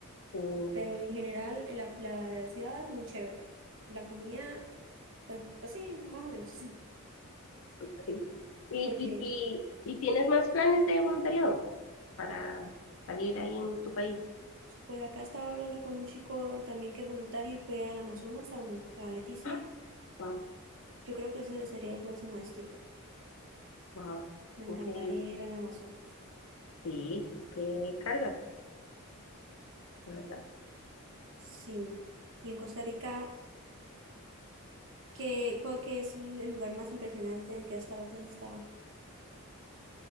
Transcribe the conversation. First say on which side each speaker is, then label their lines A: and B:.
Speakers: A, on the left (about 60°); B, on the right (about 55°).
A: eh,
B: Pero en general, la, la ciudad es muy chévere. La comida, pues, pues sí, más o menos. <laughs>
A: Ok. ¿Y,
B: Porque
A: y, y, y tienes más planes de voluntariado para salir ahí en tu país?
B: pues acá estaba hablando con un chico también que es voluntario y fue al Amazonas, a, volun- a Leticia.
A: Ah, Wow,
B: Yo creo que ese sería el próximo destino.
A: wow.
B: Me encantaría
A: Increíble.
B: ir al Amazonas.
A: Sí, qué, qué carga, la verdad.
B: Sí. Y en Costa Rica, ¿qué, cuál que es el lugar más impresionante que hasta has estado?